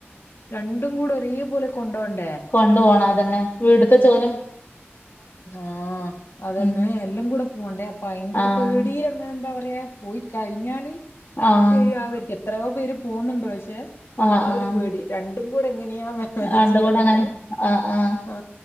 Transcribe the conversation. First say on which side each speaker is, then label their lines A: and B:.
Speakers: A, on the left; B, on the left.
A: രണ്ടും കൂടെ ഒരേ പോലെ കൊണ്ടോണ്ടെ
B: കൊണ്ടു പോണം അതന്നെ വീട്ടുത്തെ ജോലിം
A: ആഹ് അതന്നെ
B: ഉം
A: എല്ലാം കൂടെ പോണ്ടേ അപ്പൊഅയിന്റെ ഒരു
B: ആഹ്
A: പേടി എന്താ പറയാ പോയി കഴിഞ്ഞാല്
B: ആഹ്
A: ശരിയാവേര്ക്കും എത്രയോ പേര് പോവുന്നുണ്ട് പക്ഷെ
B: ആഹ്
A: ആ
B: ആഹ്
A: ഒരു പേടി രണ്ടും കൂടെ എങ്ങനെയാ മാനേജിയ്യാപറ്റണെ
B: രണ്ടും കൂടെ അങ്ങനെ ആഹ് ആഹ്
A: ആ